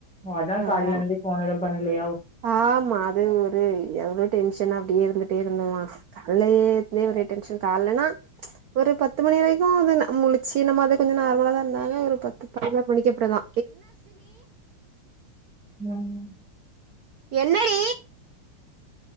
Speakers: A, in the centre; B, on the right.
A: ஓ அதா
B: அத
A: கால்ல இருந்து போன் எதும் பண்ணலயோ
B: ஆமா அது ஒரு எவ்வளோ டென்ஷனா அப்டியே இருந்துட்டே இருந்தமா கால்லயே ஒரே டென்ஷன் கால்லன்னா ஒரு பத்து மணி வரைக்கும் முழச்சு நம்ம அத கொஞ்ச நார்மலா தா இருந்தாங்க ஒரு பத்து பதினோர் மணிக்கப்றோந்தா
A: ம்
B: என்னடி